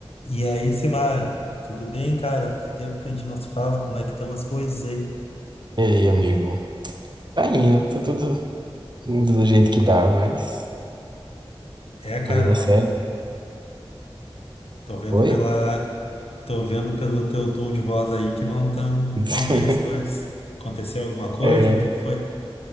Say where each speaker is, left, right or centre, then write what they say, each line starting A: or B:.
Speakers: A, on the left (about 80°); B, on the right (about 50°).
A: E aí, Simar, tudo bem, cara? Tempo que a gente não se fala, como é que estão as coisas aí?
B: E aí, amigo? Tá indo, tá tudo do jeito que dá, mas
A: É, cara,
B: a vida
A: não.
B: é séria.
A: Tô vendo
B: Oi?
A: pela, tô vendo pelo teu tom de voz aí que não tão
B: <laughs>
A: tão bem as coisas. Aconteceu alguma coisa?
B: É,
A: O que foi?